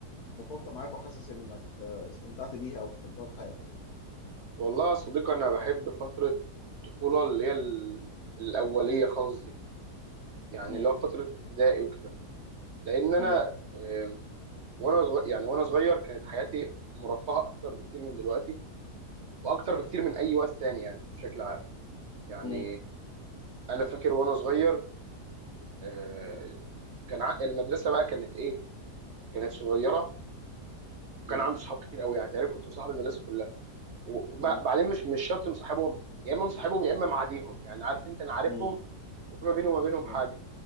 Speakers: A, on the left (about 70°); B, on the right (about 70°).
A: مرتبطه معاك وحاسس انك آه، استمتعت بيها او بتحبها في حياتك
B: والله يا صديقي انا بحب فترة الطفولة اللي هي ال- الأولية خالص دي يعني
A: مم.
B: اللي هو فترة ابتدائي وكده لأن أنا
A: مم.
B: آه، وانا صغير يعني وانا صغير كانت حياتي مرفهه اكتر بكتير من دلوقتي واكتر بكتير من اي وقت تاني يعني بشكل عام يعني
A: مم.
B: انا فاكر وانا صغير آه، كان ع- المدرسه بقى كانت ايه كانت صغيره وكان
A: مم.
B: عندي صحاب كتير قوي يعني تقريبا كنت مصاحب المدرسه كلها وبعدين
A: مم.
B: مش مش شرط مصاحبهم يا اما مصاحبهم يا اما معاديهم يعني عارف انت انا عارفهم
A: مم.
B: وفي ما بيني وما بينهم
A: مم.
B: حاجه